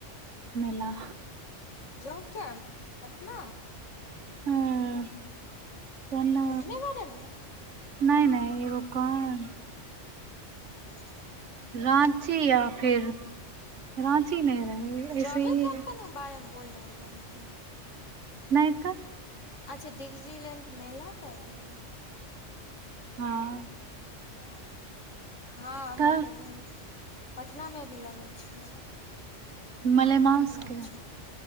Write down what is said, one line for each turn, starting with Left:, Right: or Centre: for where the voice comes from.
Right: मिला
Left: जब कम पतना
Right: हँ कोनो
Left: पटने बर ने
Right: नहि नहि ए रो कोन
Left: <unintelligible>
Right: राँची या फिर राँची नहि रहे ऐसे
Left: जॉबे
Right: ही
Left: कैम्पन
Right: ह
Left: बारे मे बोल रहलियै हन अपने
Right: नहि तऽ
Left: अच्छा डिगजी लैं्ड मेला कर रहल
Right: हँ
Left: ह हँ अभी
Right: तऽ
Left: करब पटना मे भी लगल छै मेला
Right: मलेमंसके
Left: अच्छा